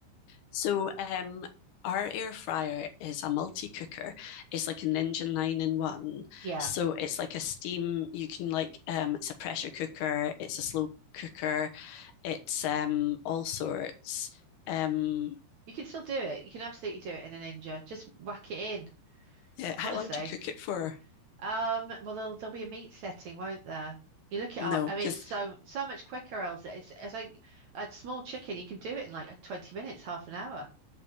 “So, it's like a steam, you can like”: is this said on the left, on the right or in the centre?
Left